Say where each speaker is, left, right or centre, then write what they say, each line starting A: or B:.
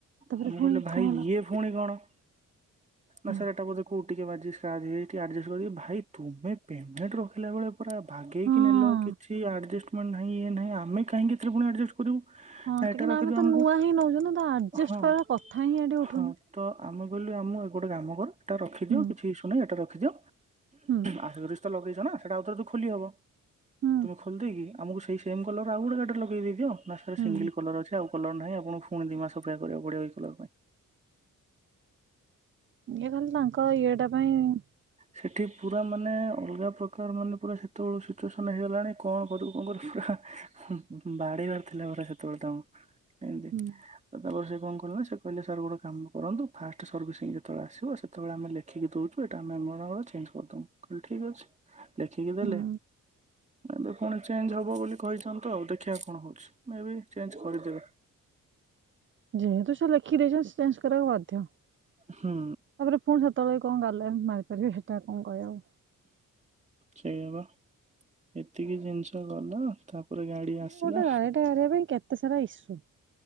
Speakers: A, on the right; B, on the right.
A: ତାପରେ
B: ଆ ମୁଁ
A: ପୁଣି
B: କହିଲି ଭାଇ
A: କଣ ହେଲା
B: ଇଏ ଫୁଣି କଣ? ନା
A: ହଁ
B: ସାର୍ ଏଇଟା ବୋଧେ କୋଉଠି ଟିକେ ବାଜି ସ୍କାର୍ଚ ହେଇଯାଇଛି ଟିକେ ଏଡଜଷ୍ଟ କରି ଭାଇ ତୁମେ ପେମେଣ୍ଟ୍ ରଖିଲା ବେଳେ ପୁରା ବାଗେଇକି
A: ହଁ।
B: ନେଲ କିଛି ଆଡଜଷ୍ଟ <unintelligible> ନାହିଁ ଇଏ ନାହିଁ ଆମେ କାହିଁକ ଏଥିରେ ପୁଣି ଆଡ଼ଜଷ୍ଟ କରିବୁ।
A: ହଁ
B: ନା ଏଟା
A: କାନ୍ତୁ
B: ରଖିଦିଅ
A: ଆମେ ତ
B: ଆମକୁ
A: ନୂଆ ହିଁ ନଉଛୁ ତ ଆଡଜଷ୍ଟ
B: ହଁ।
A: କରିଆର କଥା ହିଁ ଏଠି ଉଠୁନି।
B: ହଁ ତ ଆମେ କହିଲୁ ଆମକୁ ଗୋଟେ କାମ କର ଏଇଟା ରଖିିଦିଅ
A: ହୁଁ
B: କିଛି ଇସୁ ନାହିଁ ଏଟା ରଖ୍ ରଖିଦିଅ।
A: ହୁଁ
B: ଆରେ ଆରେ ସେଇଟା ଲଗେଇଚ ନା ସେଇଟା ଆଉ ଥରେ ତ ଖୋଲିହେବ।
A: ହୁଁ
B: ତୁମେ ଖୋଲି ଦେଇକି ଆମକୁ ସେଇ ସେମ୍ କଲର୍ ଆଉ ଗୋଟେ ଗାଡ଼ିରେ ଲଗେଇକି ଦେଇଦିଅ । ନା ସେଇଟା
A: ହୁଁ
B: ସିଙ୍ଗଲ କଲର୍ ଅଛି ଆଉ କଲର୍ ନାହିଁ ଆପଣଙ୍କୁ ଫୁଣି ଦି ମାସ ଅପେକ୍ଷା କରିବାକୁ ପଡ଼ିବ ଏଇ କଲର୍ ପାଇଁ ।
A: ଇଏ ଖାଲି ତାଙ୍କ ଇଏ ଟା ପାଇଁ
B: ସେଠି ପୁରା ମାନେ ଅଲଗା ପ୍ରକାର ମାନେ ପୁରା ସେତେବେଳେ ସିଚୁଏସନ ହେଇଗଲାଣି କଣ କରିବୁ କଣ କରିବୁ ପୁରା ବାଡ଼େଇବାର ଥିଲା ପୁରା ସେତେବେଳେ ତାଙ୍କୁ । ଏମତି
A: ହୁଁ।
B: ତ ତାପରେ ସେ କଣ କଲେ ନା ସେ କହିଲେ ସାର୍ ଗୋଟେ କାମ କରନ୍ତୁ ଫାଷ୍ଟ ସର୍ଭିସିଂ ଯେତେବେଳେ ଆସିବ ଯେତେବେଳେ ଆମେ ଲେଖିକି ଦଉଛୁ ଏଟା ଆମର ଚେଞ୍ଜ କରିଦବୁ କହିଲି ଠିକ୍ ଅଛି ଲେଖିକି ଦେଲେ
A: ହୁଁ
B: ଏବେ ପୁଣି ଚେଞ୍ଜ ହବ ବୋଲି କହିଛନ୍ତି ତ ଆଉ ଦେଖିବା କଣ ହେଉଛି ମେଁ ବି ଚେଞ୍ଜ କରିଦେବେ।
A: ଯେହେତୁ ସେ ଲେଖିକି ଦେଇଛନ୍ତି ସେ ଚେଞ୍ଜ କରିବାକୁ ବାଧ୍ୟ ତାପରେ
B: ହୁଁ
A: ପୁଣି ସେତେବେଳେ କଣ ଗାଲୁଆମି ମାରି ପାରିବେ ସେଇଟା କଣ କହିହବ।
B: ସେୟା ବା ଏତିକି ଜିନିଷ ଗଲା ତାପରେ ଗାଡି
A: ମାନେ
B: ଆସିଲା।
A: ଗୋଟେ ଗାଡ଼ିଟା କରିବା ପାଇଁ କେତେ ସାରା ଇସୁ